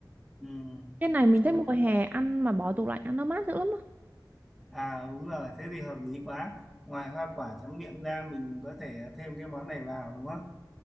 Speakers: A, in the centre; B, on the right (about 20°).
A: ừ.
B: Cái này mình thấy
A: ok.
B: mùa hè ăn mà bỏ tủ lạnh ăn nó mát dữ lắm á.
A: À đúng rồi, thế thì hợp lý quá. Ngoài hoa quả tráng miệng ra mình có thể thêm cái món này vào đúng không?